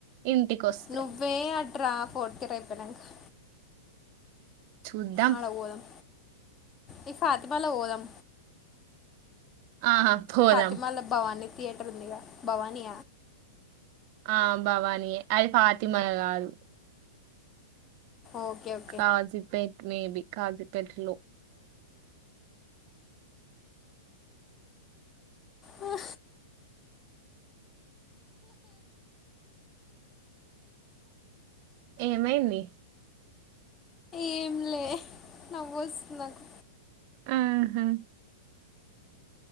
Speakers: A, on the right (about 40°); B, on the left (about 25°).
A: ఇంటికొస్తే.
B: నువ్వ్ వే అట్రా ఫోర్త్ ఇయర్ అయిపోయినాక
A: చూద్దాం.
B: అడ పోదాం ఈ ఫాతిమలో పోదాం
A: ఆహా పోదాం.
B: ఫాతిమాలో భవానీ థియేటర్ ఉందిగా భవాని
A: ఆ భవానీ ఎం అది ఫాతిమలొ గాదు
B: ఓకే ఓక్
A: కాజీపేట్ మే బి కాజీపేట్ లో
B: ఆ
A: ఏమైంది
B: ఏం లే నవ్వొస్తుంది నాకు
A: ఉమ్ హ్